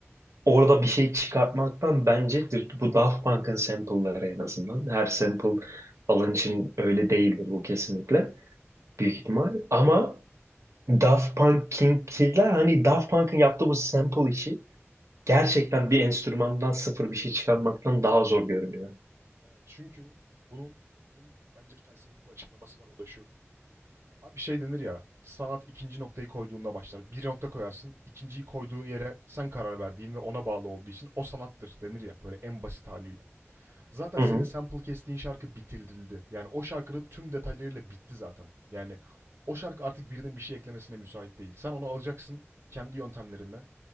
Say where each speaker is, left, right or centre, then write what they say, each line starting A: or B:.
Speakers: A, on the right; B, on the right.
A: Orada bir şey çıkartmaktan bence bu Daft Punk'ın sample'ları en azından. Her sample alan için öyle değildir bu kesinlikle. Büyük ihtimal. Ama Daft Punk'inkiler hani Daft Punk'ın yaptığı bu sample işi gerçekten bir enstrümandan sıfır bir şey çıkarmaktan daha zor görünüyor.
B: Evet. Çünkü bunun bunun bence felsefik bir açıklaması var o da şu. Abi şey denir ya sanat ikinci noktayı koyduğunda başlar. Bir nokta koyarsın ikinciyi koyduğun yere sen karar verdiğin ve ona bağlı olduğu için o sanattır denir ya böyle en basit haliyle. Zaten
A: Hı
B: senin
A: hı.
B: sample kestiğin şarkı bitirildi. Yani o şarkının tüm detaylarıyla bitti zaten. Yani o şarkı artık birinin bir şey eklemesine müsait değil. Sen onu alacaksın kendi yöntemlerinle.